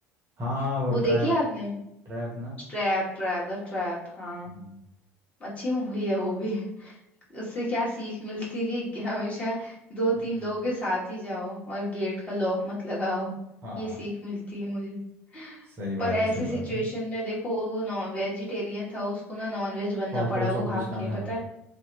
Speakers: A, on the right; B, on the left.
A: हाँ हाँ, वो
B: वो
A: ट्रैप
B: देखी है आपने
A: ट्रैप ना
B: ट्रैप ट्रैप द ट्रैप हाँ
A: हम्म,
B: अच्छी मूवी है वो भी उससे क्या सीख मिलती है कि हमेशा दो
A: हम्म।
B: तीन लोगों के साथ ही जाओ और गेट का लॉक मत लगाओ
A: हाँ
B: ये सीख मिलती है मुझे
A: सही बात
B: पर ऐसी
A: है सही
B: सिचुएशन
A: बात है
B: में देखो वो नॉन वेजिटेरियन था उसको ना नॉन वेज बनना
A: कॉकरोच
B: पड़ा वो
A: वॉकरोच
B: खा
A: खाना
B: के पता
A: पड़ा
B: है